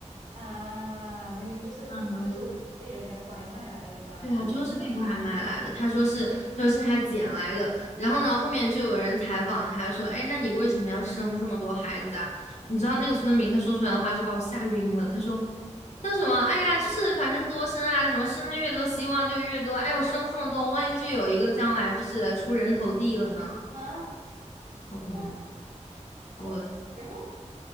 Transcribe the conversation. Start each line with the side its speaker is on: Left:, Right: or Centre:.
Right: 啊，明明就是就是被人家拐卖来的吧，
Left: 嗯，对啊，
Right: 我觉得
Left: 就是被拐卖来的。他说是，他说是他捡来的。然后呢，后面就有人采访他说：“哎，那你为什么要生这么多孩子啊？”你知道那个村民他说出来的话就把我吓晕了。他说：“说什么？哎呀，就是反正多生啊，什么生的越多，希望就越多。哎，我生这么多，万一就有一个将来就是出人头地了呢？
Right: <laughs> 啊，
Left: 好恐怖！
Right: 我
Left: 我，
Right: 我。然后